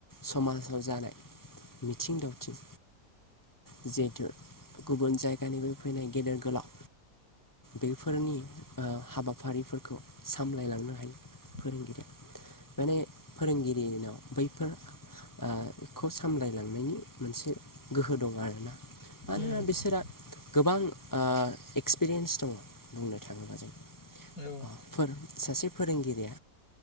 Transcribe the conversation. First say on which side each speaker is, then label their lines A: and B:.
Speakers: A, on the left; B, on the left.
A: समाजाव जानाय मिथिं दावथिं जिहेथु गुबुन जायगानिफ्राय फैनाय गेदेर गोलाव बेफोरनि ओ हाबाफारिफोरखौ सामलायलांनो हायो
B: <inaudible>
A: फोरोंगिरिया माने फोरोंगिरिनाव बैफोर ओ खौ सामलायलांनायनि मोनसे गोहो दं आरोना मानोना
B: उम
A: बिसोरहा गोबां ओ एक्सपिरियेन्स दङ बुंनो थाङोब्ला जों
B: औ
A: अ फोर सासे फोरोंगिरिया